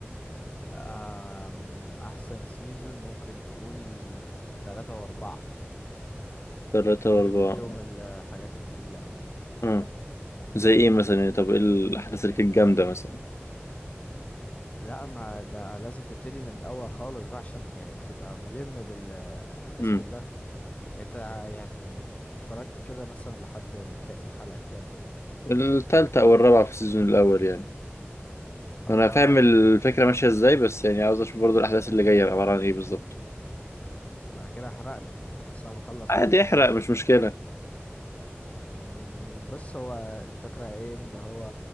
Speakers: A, on the left; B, on the left.
A: أم، احسن سيزون ممكن تقول تلاتة واربعة
B: ثلاثة
A: دول
B: واربعة
A: اللي فيهم الحاجات التقيلة أوي
B: اه زي ايه مثلا يعني طب ايه الاحداث اللي كانت جامدة مثلا
A: لا ما ده لازم تبتدي من الأول خالص بقى عشان يعني تبقى ملم بالأحداث
B: امم
A: كلها انت يعني اتفرجت كده مثلا لحد ك- حلقة كام
B: التالتة او الرابعة في السيزون الاول يعني
A: اه
B: انا فاهم الفكرة ماشية ازاي بس يعني عاوز اشوف برضو الاحداث اللي جاية عبارة عن ايه بالظبط
A: ما انا كده هحرق لك انا اصلا مخلص
B: عادي
A: انا المسلسل
B: احرق مش مشكلة
A: مم، بص هو الفكرة ايه ان هو